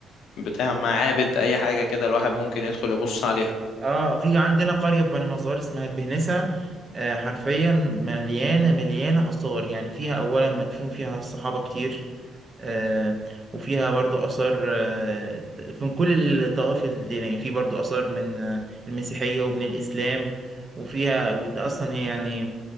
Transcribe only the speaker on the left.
بتاع معابد اي حاجه كده الواحد ممكن يدخل يبص عليها